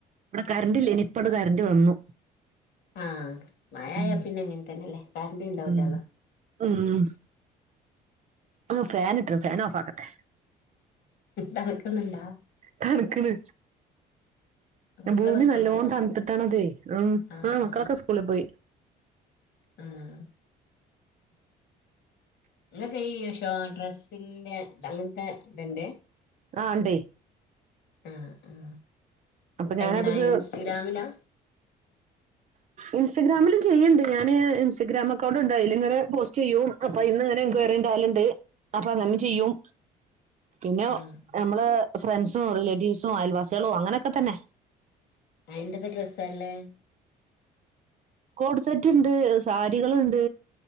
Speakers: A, on the right; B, on the left.
A: ഇവിടെ കറൻ്റ് ഇല്ലെനി ഇപ്പങ്ങട് കറൻ്റ് വന്നു.
B: ആഹ് മഴയായ
A: ഉം.
B: പിന്നെ ഇങ്ങനെ തന്നെയല്ലേ കറണ്ട് ഇണ്ടാവുല്ലല്ലോ.
A: ഉം ഉം ഓ ഫാൻ ഇട്ടണു, ഫാൻ ഓഫാക്കട്ടെ.
B: തണുക്കുന്നുണ്ടാ
A: തണുക്കണ്.
B: കുട്ടികളൊക്കെ
A: ഭൂമി
B: സ്കൂൾ
A: നല്ലോണം
B: പോയോ
A: തണുത്തിട്ടാണതെ, ഉം
B: ആഹ്
A: ഉം ആ മക്കളൊക്കെ
B: ആഹ്
A: സ്കൂളിൽ പോയി.
B: ആഹ് ഇങ്ങക്ക് ഈ ഷോ ഡ്രസ്സിന്റെ അങ്ങനത്തെ ഇത്ണ്ട്?
A: ആഹ് ഇണ്ടേ.
B: ആഹ് ആഹ്
A: അപ്പൊ ഞാനത്ക്ക്
B: എങ്ങനാ ഇൻസ്റ്റഗ്രാമിലാ
A: ഇഷ് ഇൻസ്റ്റാഗ്രാമിലും ചെയ്യണ്ട് ഞാന്, ഇൻസ്റ്റാഗ്രാം അക്കൗണ്ട് ഇണ്ട് അയിലിങ്ങനെ പോസ്റ്റ് ചെയ്യും, അപ്പൊ അയ്നിങ്ങനെ എൻക്വയറി ഇണ്ടാ വല്ണ്ട് അപ്പൊ അങ്ങനെ
B: ആഹ്
A: ചെയ്യും പിന്നെ
B: ആഹ്
A: നമ്മള് ഫ്രണ്ട്‌സും, റിലേറ്റീവ്സും, അയൽവാസികളും, അങ്ങനെയൊക്കെ തന്നെ
B: ആഹ് എന്തൊക്കെ ഡ്രെസ്സാ ഇള്ളേ?
A: കോഡ് സെറ്റ് ഇണ്ട്, സാരികളുണ്ട്,